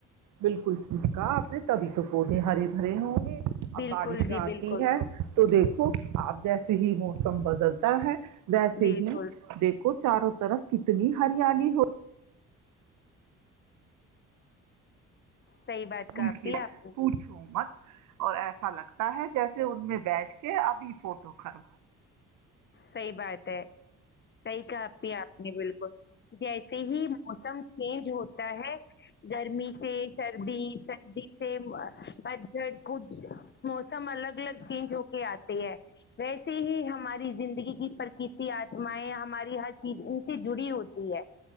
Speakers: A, on the right; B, on the left.
A: بالکل ٹھیک آپ نے تبھی تو پودے ہرے بھرے ہوں گے اب
B: بالکل
A: بارش
B: جی
A: آتی
B: بالکل
A: ہے تو دیکھ آپ جیسے ہی موسم بدلتا ہے ویسے
B: بالکل
A: ہی دیکھو چاروں طرف کتنی ہریالی ہو
B: صحیح بات
A: بھول
B: کہا آپی
A: کے
B: آپ نے
A: پوچھو مت اور ایسا لگتا ہے جیسے ان میں بیٹھ کے ابھی فوٹو <inaudible>
B: صحیح بات ہے صحیح کہای آپ نے بالکل جیسے ہی موسم چینج ہوتا ہے گرمی سے سردی سردی سے ب کچھ موسم الگ الگ چینج ہو کے آتے ہے ویسے ہی ہمارے زندگی کی پرکرتی آتمایں ہماری ہر چیز ان سے جڑی ہوتی ہے